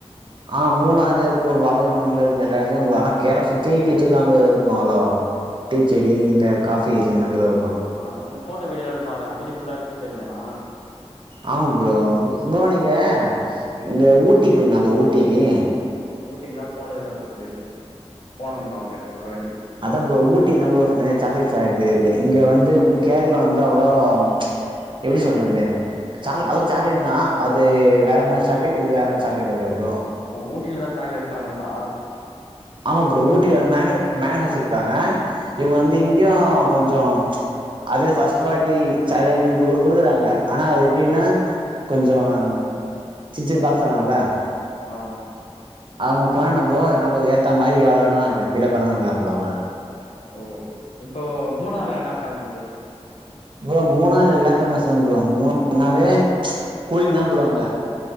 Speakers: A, on the right; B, on the left.
A: ஆஹ் மூணார்ல இருக்கும் <unintelligible> இருக்கும் எல்லா இடத்துலயும் ஆனா கேரலா சுத்திட டீத்தூள் தா இருக்கும் ப்ரோ அவளோ டீச்செடி இந்த காஃபி கேமரோ
B: ஆஹ் அந்த போட்டோ வீடியோ எடுப்பாங்கல்ல அந் செடி புல்லா டீச்செடி தானா
A: ஆமா ப்ரோ ப்ரோ நீங்க இங்க ஊட்டிக்கு போயிருக்கீங்களா ப்ரோ ஊட்டிக்கு
B: ஊட்டி க்கு லாம் போனதில்ல ப்ரோ இது வரைக்கும் போன ப்ரோ அங்க ஒரு வாட்டி
A: அதான் ப்ரோ ஊட்டிய நிறைய சாக்லேட் ஃபாக்டரி இருக்கு இங்க வந்து கேரளம் வந்து அவ்வளவு எப்படி சொல்றது
B: ம்
A: அதோ சாக்லேட் தா அது வேற மாதிரி சாக்லேட் இது வேற மாதிரி சாக்லேட் ஓகே வா ப்ரோ
B: ஊட்டிலதா சாக்லேட் பேஃமஸா
A: ஆமா ப்ரோ ஊட்டில வந்து மேனுபாக்ச்சர் பன்றாங்க இவங்க
B: ஆ
A: வந்து இங்கயும் கொஞ்சம் அதே பர்ஸ்ட் குவாலிட்டி சாக்லேட் கொடுக்குறாங்க ஆனா அது எப்படின்னா
B: ஆ
A: கொஞ்சம் சின்ன சின்ன பாக்ஸ் தராங்கள
B: ஆ
A: அவங்க போனப்போ நமக்கு ஏத்த மாதிரி எவ்வளோண கிலோக்கணா வாங்கிக்கலாம் ப்ரோ அங்க
B: ஓ இப்போ மூணறுல என்ன பேமஸு
A: பரோ மூணார் எல்லாம் பேமஸ் தான் ப்ரோ மூணனாவே கூழி தா ப்ரோ அங்க